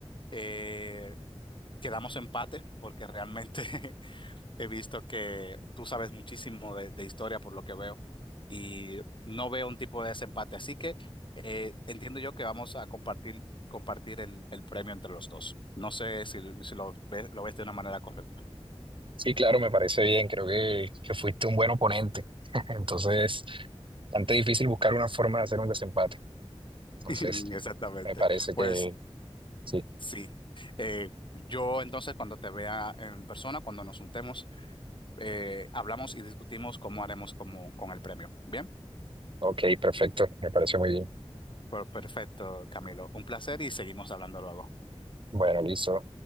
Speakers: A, on the left; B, on the right.
A: eh, quedamos empate porque realmente <laughs> He visto que tú sabes muchísimo de, de historia por lo que veo y no veo un tipo de desempate, así que eh, entiendo yo que vamos a compartir, compartir el, el premio entre los dos. No sé si, si lo ves, lo ves de una manera correcta.
B: Sí, claro, me parece bien. Creo que, que fuiste un buen oponente. <laughs> Entonces, bastante difícil buscar una forma de hacer un desempate. Entonces,
A: <laughs> Exactamente.
B: me parece
A: Pues
B: que sí.
A: sí. Eh, yo entonces cuando te vea en persona, cuando nos juntemos, eh, hablamos y discutimos cómo haremos como, con el premio. Bien,
B: Ok, perfecto. Me parece muy bien.
A: Pues, perfecto, Camilo. Un placer y seguimos hablando luego.
B: Bueno, listo.